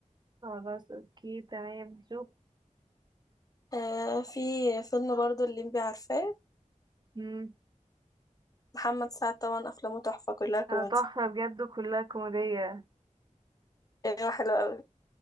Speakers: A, on the right; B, on the left.
A: خلاص اوكي تمام شوف
B: آه، في فيلم برضو اللي انبي عارفاه
A: امم
B: محمد سعد طبعا أفلامه تحفة كلها كوميدي
A: اه تحفة بجد كلها كوميدية
B: أيوة حلو أوي